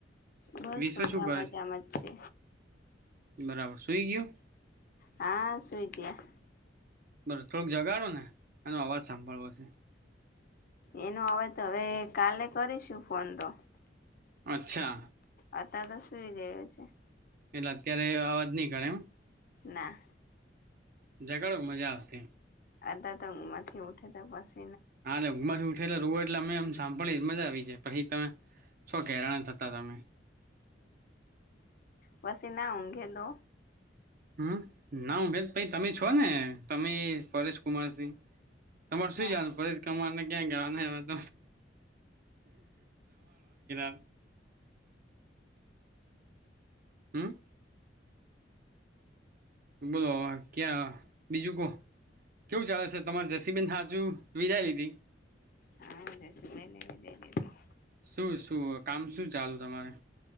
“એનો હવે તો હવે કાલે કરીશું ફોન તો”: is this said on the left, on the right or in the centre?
Left